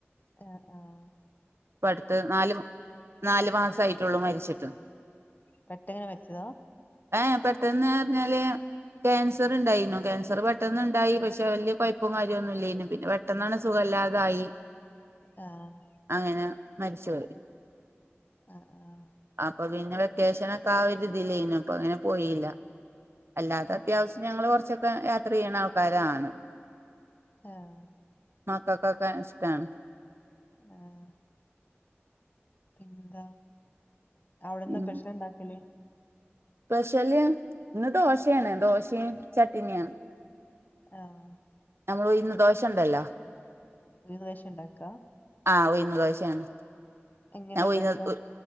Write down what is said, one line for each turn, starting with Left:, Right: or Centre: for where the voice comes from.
Left: ആഹ് ആഹ്
Right: ഇപ്പടുത്ത് നാല് നാലു മാസ ആയിട്ടുള്ളു മരിച്ചിട്ട്.
Left: പെട്ടെന് മരിച്ചതാ?
Right: ഏയ് പ്പറത്ത്ന്ന് പറഞ്ഞാല്, ക്യാൻസർ ഉണ്ടായിനു ക്യാസർ പെട്ടെന്നുണ്ടായി പക്ഷെ വലിയ കുഴപ്പം കാര്യവും ഇല്ലായിനു പിന്നെ പെട്ട് പെട്ടെന്നാണ് സുഖമല്ലാതായി.
Left: ആഹ്
Right: അങ്ങനെ മരിച്ചോയി
Left: ആഹ് ആഹ്
Right: അപ്പൊ പിന്നെ വെക്കേഷനൊക്കെ ആരുതിലേനു ഇപ്പ അങ്ങനെ പോയില്ല അല്ലാത്ത
Left: ആ
Right: അത്യാവശ്യം.. ഞങ്ങള് കുറച്ചൊക്കെ യാത്ര ചെയ്യുന്ന ആൾക്കാരാണ്.
Left: ആഹ്
Right: മാക്കക്കക്ക ഇഷ്ട്ടാണ്.
Left: ആഹ് പിന്താ അവിടെന്നാ
Right: ഉം
Left: പ്രശ്നം ഇണ്ടാക്കലേ?
Right: സ്പെഷ്യല് ഇന്ന് ദോശയാണ് ദോശയും ചട്ടിനിയാ
Left: ആഹ്
Right: ഉഴുന്ന് ദോശണ്ടല്ലാ.
Left: <unintelligible> ഉണ്ടാക്കാ?
Right: ആഹ് ഉഴുന്ന് ദോശണ്
Left: എങ്ങനെ
Right: ഞാ ഉഴുന്ന്
Left: ഇണ്ടാക്ക
Right: ഉ